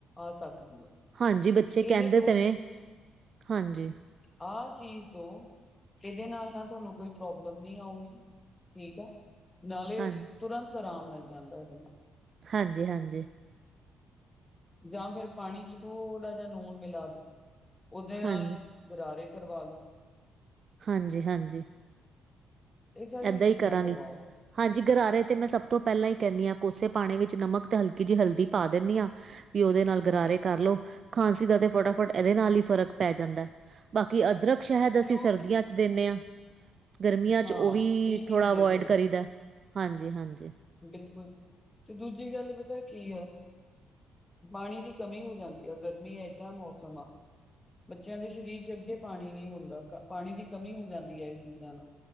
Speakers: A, on the left (about 25°); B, on the right (about 50°).
A: ਆ ਸਕਦੀ ਹੈ।
B: ਹਾਂਜੀ ਬੱਚੇ
A: ਇਹ
B: ਕਹਿੰਦੇ
A: ਦੋ
B: ਤੇ ਨੇ ਹਾਂਜੀ।
A: ਆ ਚੀਜ਼ ਦੋ ਇਹਦੇ ਨਾਲ ਨਾ ਤੁਹਾਨੂੰ ਕੋਈ ਪ੍ਰੋਬਲਮ ਨਹੀਂ ਆਊਗੀ ਠੀਕ ਆ। ਨਾਲੇ
B: ਹਾਂ,
A: ਤੁਰੰਤ ਆਰਾਮ ਮਿਲ ਜਾਂਦਾ ਇਹਦੇ ਨਾਲ।
B: ਹਾਂਜੀ ਹਾਂਜੀ।
A: ਜਾਂ ਫੇਰ ਪਾਣੀ ਚ ਥੋੜ੍ਹਾ ਜਿਹਾ ਨੂਣ ਮਿਲਾ ਦੋ ਉਹਦੇ ਨਾਲ
B: ਹਾਂਜੀ,
A: ਗਰਾਰੇ ਕਰਵਾ ਲੋ।
B: ਹਾਂਜੀ ਹਾਂਜੀ
A: ਇਹ ਸਾਰੀਆਂ
B: ਏਦਾਂ
A: ਚੀਜ਼ਾਂ
B: ਹੀ ਕਰਾਂਗੇ।
A: ਕਰਵਾਓ
B: ਹਾਂਜੀ ਗਰਾਰੇ ਤੇ ਮੈਂ ਸਭ ਤੋਂ ਪਹਿਲਾਂ ਹੀ ਕਹਿੰਨੀ ਹਾਂ ਕੋਸੇ ਪਾਣੇ ਵਿੱਚ ਨਮਕ ਤੇ ਹਲਕੀ ਜਿਹੀ ਹਲਦੀ ਪਾ ਦਿੰਦੀ ਆ। ਵੀ ਉਹਦੇ ਨਾਲ ਗਰਾਰੇ ਕਰਲੋ ਖਾਂਸੀ ਦਾ ਤੇ ਫਟਾਫਟ ਇਹਦੇ ਨਾਲ ਹੀ ਫ਼ਰਕ ਪੈ ਜਾਂਦਾ। ਬਾਕੀ ਅਦਰਕ ਸ਼ਹਿਦ ਅਸੀਂ
A: ਕਿਉਂਕਿ
B: ਸਰਦੀਆਂ ਚ ਦੇਨੇ ਆ। ਗਰਮੀਆਂ ਚ
A: ਹਾਂ
B: ਉਹ ਵੀ
A: ਇਹ ਨਹੀਂ
B: ਥੋੜਾ
A: ਦੇ
B: ਅਵੋਇਡ
A: ਸਕਦੇ।
B: ਕਰੀਦਾ ਹਾਂਜੀ ਹਾਂਜੀ।
A: ਬਿਲਕੁਲ ਤੇ ਦੂਜੀ ਗੱਲ ਪਤਾ ਕੀ ਆ ਪਾਣੀ ਦੀ ਕਮੀਂ ਹੋ ਜਾਂਦੀ ਆ ਗਰਮੀ ਇਹ ਜਾ ਮੌਸਮ ਆ ਬੱਚਿਆਂ ਦੇ ਸਰੀਰ ਚ ਅੱਗੇ ਪਾਣੀ ਨਹੀਂ ਹੁੰਦਾ ਪਾਣੀ ਦੀ ਕਮੀ ਹੋ ਜਾਂਦੀ ਐ ਇਹ ਚੀਜ਼ਾਂ ਨਾ